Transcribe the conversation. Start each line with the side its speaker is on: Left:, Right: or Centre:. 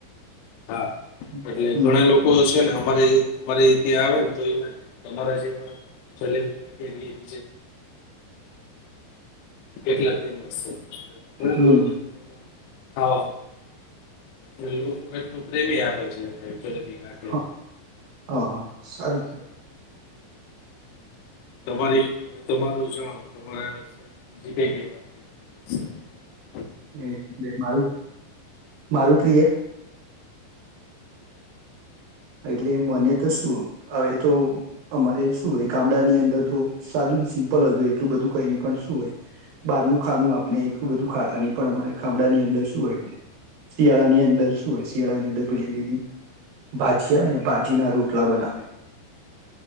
Left: હા.
Right: એમ
Left: એટલે
Right: હમ
Left: ઘણા લોકો છે ને અરે અમારે ત્યાં આવે ને તો એ તમારા જલેબી <inaudible> કેટલા ફેમસ છે. ઘણા
Right: હમ
Left: દૂર દૂરથી હા. એ લોકો એટલુ પ્રેમી આપે છે. એને જલેબી ગાંઠિયાને
Right: હ હા હા સારું કેવા.
Left: તમારી તમે તમારું જણાવો તમાં સે બીજી કઈ કઈ વાનગી <inaudible>
Right: એ એટલે મારું મારું પ્રિય એટલે મને તો શું હવે તો અમારે શું હોય ગામડાની અંદર તો સાદું સિમ્પલ જ હોય એટલું બધું કઈ ન પણ શું હોય બહારનું ખાનું આપણે એટલું બધું ખાતા નહી પણ અમારે ગામડાની અંદર શું હોય શિયાળા ની અંદર શું હોય શિયાળા ની અંદર પેલી લીલી ભાજી આવેને ભાજી ના રોટલા બનાવે.